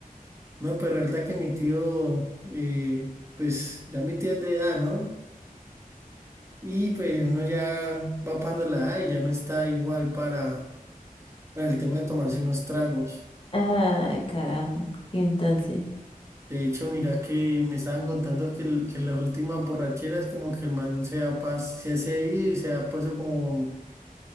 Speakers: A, on the right; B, on the left.
A: No, pero la verdad que mi tío, eh, pues ya mi tía es de edad, ¿no? Y pues uno ya va pasando la edad y ya no está igual para, para el tema de tomarse unos tragos.
B: Ay, carajo. ¿Y entonces?
A: De hecho, mira que me estaban contando que, el- que las últimas borracheras como que el man se ha, pas- se ha cedido y se ha puesto como,